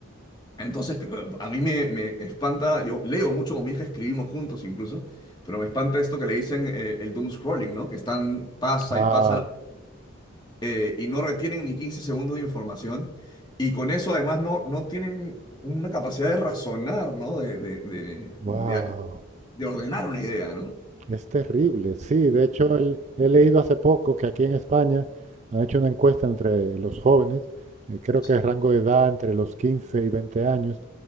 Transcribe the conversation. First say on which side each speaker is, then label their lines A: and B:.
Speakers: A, on the left; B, on the right.
A: entonces, cl- a mí me, me espanta, yo leo mucho con mi hija, escribimos juntos incluso, pero me espanta esto que le dicen eh, el doom scrolling, ¿no? Que están, pasa
B: Ah,
A: y pasa eh, y no retienen ni 15 segundos de información. Y con eso además no, no tienen una capacidad de razonar, ¿no? De, de, de,
B: wow.
A: de- de ordenar una idea, ¿no?
B: Es terrible, sí. De hecho, el- he leído hace poco que aquí en España han hecho una encuesta entre los jóvenes, eh, creo
A: Sí.
B: que de rango de edad entre los 15 y 20 años,